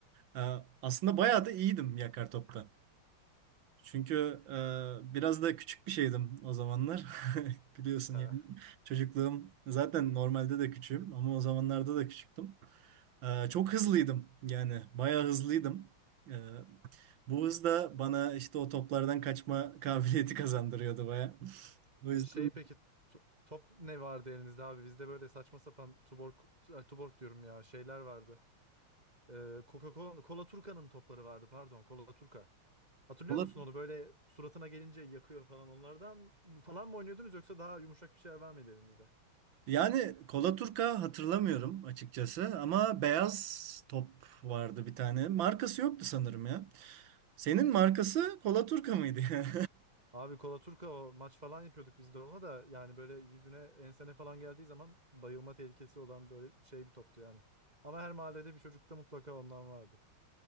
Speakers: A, on the right (about 70°); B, on the right (about 20°).
A: Ee, aslında bayağı da iyiydim yakar topta. Çünkü e, biraz da küçük bir şeydim o zamanlar. <laughs> Biliyorsun
B: Ha.
A: yani çocukluğum zaten normalde de küçüğüm ama o zamanlarda da küçüktüm. E, çok hızlıydım yani bayağı hızlıydım. E, bu hız da bana işte o toplardan kaçma <laughs> kabiliyeti kazandırıyordu bayağı. <laughs> O
B: E,
A: yüzden
B: şey peki tu- top ne vardı elinizde abi? Bizde böyle saçma sapan tuborg, ay, tuborg diyorum ya şeyler vardı. E, Coca-Cola, Cola Turca'nın topları vardı pardon Cola Turca. Hatırlıyor
A: kola,
B: musun onu böyle suratına gelince yakıyor falan onlardan falan mı oynuyordunuz yoksa daha yumuşak bir şeyler var mıydı elinizde?
A: yani kola turka hatırlamıyorum açıkçası ama beyaz top vardı bir tane. Markası yoktu sanırım ya. Senin markası kola turka mıydı? <laughs>
B: Abi Kola Turka maç falan yapıyorduk biz de ona da yani böyle yüzüne ensene falan geldiği zaman bayılma tehlikesi olan böyle şey bir toptu yani. Ama her mahallede bir çocukta mutlaka ondan vardı.